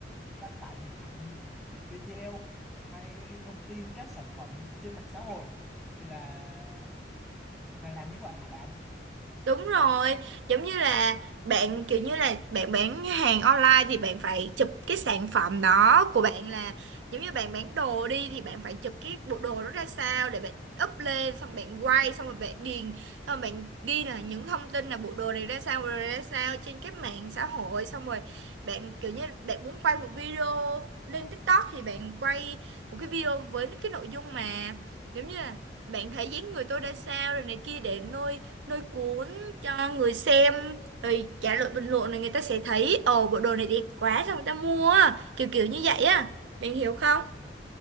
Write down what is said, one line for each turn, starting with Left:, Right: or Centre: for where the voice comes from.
Centre: đăng tải hình ảnh, video hay thông tin các sản phẩm trên mạng xã hội thì là là làm như vậy hả bạn?
Right: Đúng rồi, giống như là bạn kiểu như là bạn bán hàng online thì bạn phải chụp cái sản phẩm đó của bạn là giống như bạn bán đồ đi thì bạn phải chụp cái bộ đồ đó ra sao để bạn up lên xong bạn quay xong rồi bạn điền xong rồi bạn ghi là những thông tin là bộ đồ này ra sao bộ đồ này ra sao trên các mạng xã hội xong rồi bạn kiểu như bạn muốn quay một video lên TikTok thì bạn quay một cái video với cái nội dung mà giống như là bạn thấy dáng người tôi ra sao rồi này kia để nuôi nuôi cuốn cho người xem rồi trả lời bình luận rồi người ta sẽ thấy ồ bộ đồ này đẹp quá sao người ta mua á?" kiểu kiểu như vậy á bạn hiểu không
Centre: Ờ,